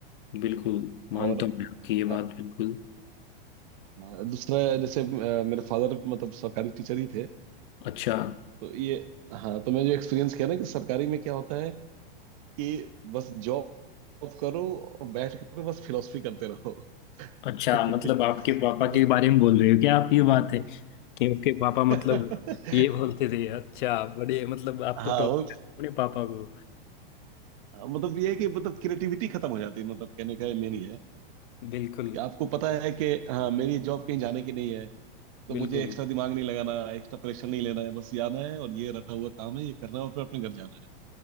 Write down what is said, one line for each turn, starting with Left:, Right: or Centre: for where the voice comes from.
Left: बिल्कुल मानता
Right: और
Left: हूँ मैं आपकी ये
Right: अ,
Left: बात बिल्कुल
Right: हाँ, दूसरा जैसे अ, मेरे फादर मतलब सरकारी टीचर ही थे
Left: अच्छा
Right: तो ये हाँ तो मैं जो एक्सपीरियंस किया ना कि सरकारी में क्या होता है कि बस जॉब करो और बैठ कर बस फिलोसफी करते रहो
Left: अच्छा
Right: <laughs>
Left: मतलब आपके पापा
Right: मतलब
Left: के बारे में बोल रहे हो क्या आप ये बात है कि आपके पापा मतलब
Right: <laughs>
Left: ये बोलते थे अच्छा बड़े मतलब आप
Right: हाँ
Left: तो टोक
Right: वो
Left: अपने पापा को
Right: मतलब ये है कि मतलब क्रिएटिविटी खत्म हो जाती है मतलब कहने का मेन ये है
Left: बिल्कुल
Right: कि आपको पता है कि हाँ मेरी जॉब कहीं जाने की नहीं है तो
Left: बिल्कुल
Right: मुझे एक्स्ट्रा दिमाग नहीं लगाना एक्स्ट्रा प्रेशर नहीं लेना है बस ये आना है और ये रटा हुआ काम है ये करना है और फिर अपने घर जाना है